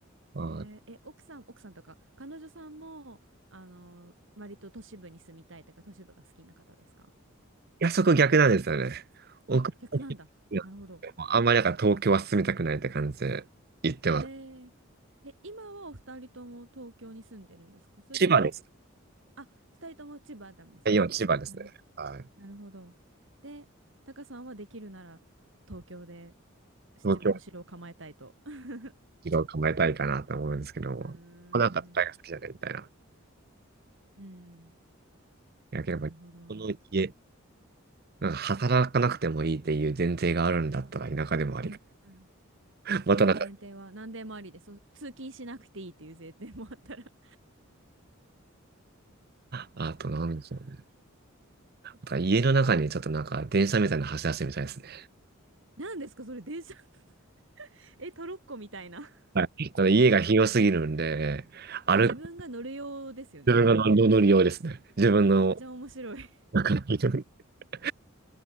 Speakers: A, on the right; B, on the right.
A: ああ、
B: えーえ、
A: い
B: 奥さん、奥さんとか、彼女さんも、あのー割と都市部に住みたいとか、都市部が好きな方ですか
A: や、そこ逆なんですよね。奥
B: あ、逆なんだ。
A: いや
B: なるほど。
A: あんまりだから東京は進みたくないって感じで言ってます。
B: えー、え、今はお二人とも東京に住んでるんですかそれとも、
A: 千葉です。
B: あ、二人とも千葉なんですね。
A: 今千葉ですね。
B: なる、
A: はい。
B: なるほど。で、タカさんはできるなら東京で自分の城を構えたいと。
A: 東京
B: <laughs>
A: 一度構えたいかなと思うんですけども、
B: うーん、
A: なんか大学好きじゃないみたいな。い
B: うん。うん、
A: や、やっぱり、
B: なるほど。
A: この家、なんか働かなくてもいいっていう前提があるんだったら田舎でもあり。
B: うん、うん。
A: <laughs> またなんか
B: もう前提は何でもありで、そ、通勤しなくていいっていう前提もあったら。<laughs>
A: あと、なんでしょうね。あと家の中にちょっとなんか電車みたいなの走らせてみたいですね。
B: 何ですかそれ電車 <laughs> え、トロッコみたいな。<laughs>
A: はい。ただ家が広すぎるんで、歩く、
B: え、自分が乗る用ですよね、
A: 自分が乗り乗り用ですね。
B: それは。
A: 自分の
B: めっちゃ面白い。
A: 中の家の、<laughs>